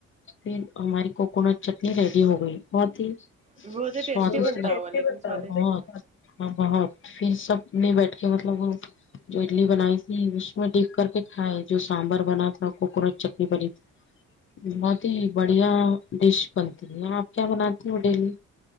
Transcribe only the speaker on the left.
پھر ہماری کوکونٹ چٹنی ریڈی ہو گئی بہت ہی
<unintelligible>
بہت پھر سب میں بیٹھ کے مطلب جو اڈلی بنائی تھی اس میں ڈپ کر کے کھائے جو سانبر بنا تھا کوکونٹ چٹنی بنی تھی بہت ا بڑھیا ڈش بنتی ہے آپ کیا بناتی ہو ڈیلی